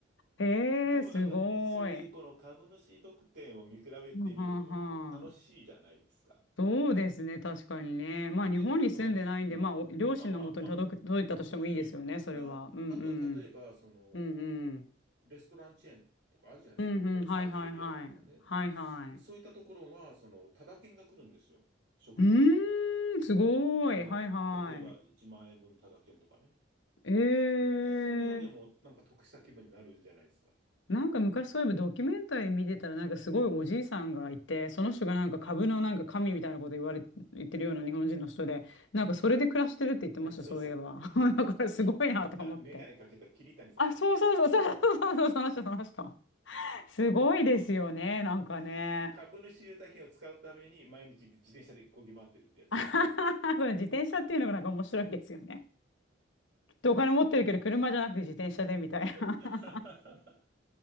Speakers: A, on the left; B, on the right.
A: ええすごい。
B: でもなんか、そういうこの株主特典を見比べてみるのもと楽しいじゃないですか。
A: はんはんはんそうですね、確かにね。まあ、
B: で、
A: 日本に住んでないんで、
B: うん、うん。
A: まあ、お両親のもとに届く、
B: まあまあまあ、
A: 届いたとしてもいいですよね、
B: そうですね。
A: それは。
B: で、あ、
A: うんうん。
B: あとは例えば、その、
A: うんうん。
B: レストランチェーンとかあるじゃないですか。
A: うんうん、
B: いろいろサイゼリアとかね。
A: はいはいはい。はいはい。
B: そういったところは、その、タダ券が来るんですよ。食事の。
A: うーん、すごい。
B: うん。
A: はいは
B: 例えば、1万円分タダ券とかね。
A: い。えー。
B: そういうのでも、なんか得した気分になるんじゃないですか。
A: なんか昔そういえばドキュメンタリー見てたらなんかすごいおじいさんがいて、その人がなんか株のなんか神みたいなこと言われ、言ってるような日本人の人で、なんかそれで暮らしてるって言ってました、
B: <laughs> そうそう。
A: そういえば。<laughs>
B: き、
A: だからすごいなとか思って。
B: き、き、あ、メガネかけた桐谷さんって人じゃん。
A: あ、そうそうそうそうそうそうそう、その人、その人。すごいですよね、なんかね。
B: 株主優待券を使うために、毎日自転車で漕ぎ回ってるってやつでしょうね。
A: <laughs> これ自転車っていうのがなんか面白いですよね。で、お金持ってるけど、車じゃなくて自転車でみたいな。
B: <laughs>